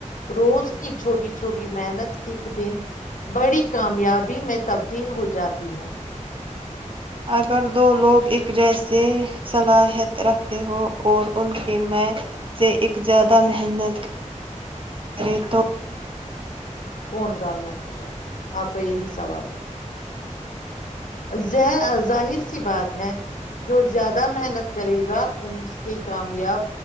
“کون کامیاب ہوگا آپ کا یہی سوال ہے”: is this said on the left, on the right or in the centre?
Left